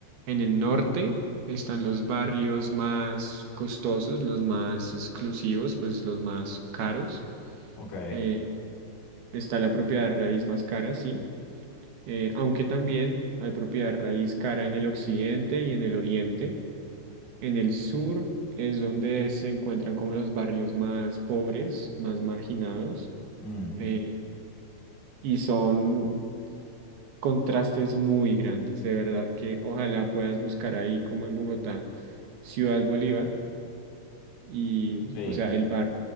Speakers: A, on the right; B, on the left.
A: en el norte están los barrios más costosos, los más exclusivos, pues los más caros.
B: ok,
A: Eh, está la propiedad de raíz más cara, sí. Eh, aunque también hay propiedad de raíz cara en el occidente y en el oriente. En el sur es donde se encuentran como los barrios más pobres, más marginados.
B: mm,
A: eh, y son contrastes muy grandes. De verdad que ojalá puedas buscar ahí como en Bogotá, Ciudad Bolívar y,
B: sí,
A: o sea, el bar